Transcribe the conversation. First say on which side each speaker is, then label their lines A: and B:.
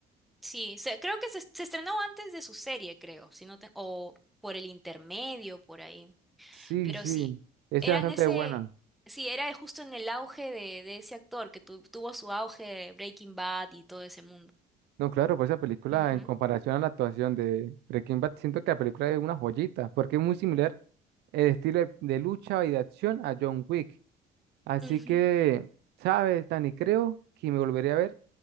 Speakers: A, in the centre; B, on the right.
A: Sí, se- creo que se, se estrenó antes de su serie, creo, si no te- o por el intermedio, por ahí.
B: Sí,
A: Pero
B: sí,
A: sí,
B: esa
A: eran
B: es bastante
A: ese,
B: buena.
A: sí, era justo en el auge de, de ese actor que tu- tuvo su auge de Breaking Bad y todo ese mundo.
B: No, claro, por esa película,
A: Ujú,
B: en comparación a la actuación de Breaking Bad, siento que la película es una joyita, porque es muy similar el estilo de, de lucha y de acción a John Wick. Así
A: ujú.
B: que, ¿sabes, Dani? Creo que me volvería a ver